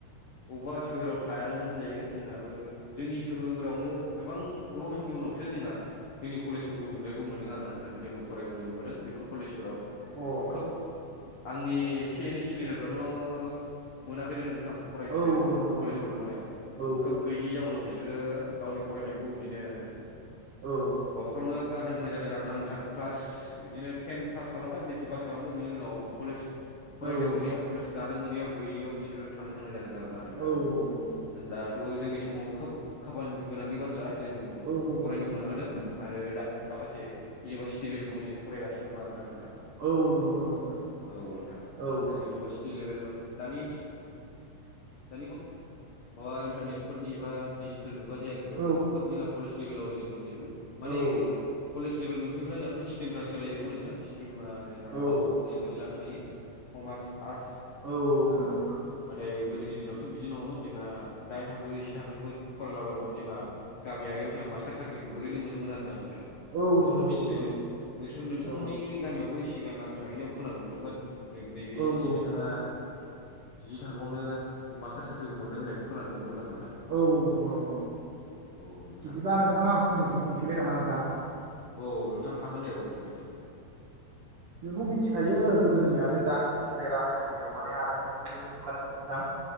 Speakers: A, on the left (about 60°); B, on the right (about 55°).
A: बबेबा सोहोराव थायानोमोन होनजायो जोंहाबो जोंनि सोहोरावनो गोबां गोबाव समनि उनावसो जोंहा जोंनि कलेजफोरखौ नुनो गौ मोनदों आरोना नोंथां जोंबो फरायबोनो मोनबोदों बेफोर कलेजफोराव
B: औ
A: खोब आंनि एसे एनै सिनियरफ्राथ' मोनाखैनो नोंथां फरायनोनो
B: औ नंगौ नंगौ
A: कलेजफोरखौनो।
B: नोंथां औ
A: खोब गैयैनि जाउनाव बिसोरो गावनि फरायनायखौ बिदिनो
B: औ
A: माबाफोरावनो गारनो गोनां जादों आरो ना नोंथां क्लास बिदिनो टेन पास खालामबाय मेट्रिक पास खालामबाय बिनि उनाव कलेज
B: औ
A: फरायनो मोनैयाव कलेज गानो मोनैयाव गैयियाव बिसोरो थानो गोनां जादों आरो ना नोंथां।
B: औ औ औ
A: दाथ' जोंनि समाव खोब खाफाल गोनांनि बाथ्रा जों
B: औ
A: फरायनो
B: नंगौ नोंथां
A: मोनबोदों आरो दा माखासे इउनिभारसिटि लेभेलाव जों फरायगासिनो दं आरो ना नोंथां।
B: औ औ नंगौ नंगौ नोंथां।
A: औ नोंथां
B: औ
A: आरो इउनिभारसिटि लेभेल मानो दानि दानि ग माबा इन्टारनेटफोरनि एबा डिजिटेल मुगा जायाखैबाबो
B: औ
A: खोब जोंहा कलेज लेभेलाव जों मोनजोबो माने
B: औ औ औ
A: कलेज लेभेल मोनफैब्ला जोंहाथ' स्ट्रिमफ्रा सोलायजोबो नोंथां स्ट्रिमा जोंहा
B: औ
A: गावब गाव गोसो बायदि लानो हायो। कमार्स आरटस
B: औ नंगौ
A: औ
B: नोंथां
A: नाथाय गोदोनि दिनावथ' बिदि नङामोन जोंहा दाइन थाखो जि थाखोफोर फरायलाबायबानो जोंहा गामियारियाव जोंहा मास्टार साख्रिखौ ओरैनो मोनोमोन आरोना नोंथां।
B: औ
A: नोंथाङाथ'
B: नंगौ नंगौ
A: मिथिखायो
B: नोंथां नंगौ।
A: नोंसोर नोंथांमोननि
B: औ
A: गामियावबो सिगां आं थाहैनायाव खोनानो मोनदोंमोन। नैबे सासे
B: औ नंगौ
A: बिथाङा जि थाखोआवनो मास्टार साख्रिखौ मोन्दों होननायखौ खोनानो मोनदोंमोन आं नोंथां।
B: औ औ नंगौ नंगौ
A: औ नोंथां
B: बिदिब्ला नोंथाङा आं फंनैसो बुंसैलाय नामा नोंथां?
A: औ नोंथां हागोन दे औ बुंबाय दे।
B: बेनोथ' मिथिखायो गोदोनि आरो दानि सोलोंथाइ राहानि बेलायाव माने आरो मेगनजोंबो नुखादों नोंथां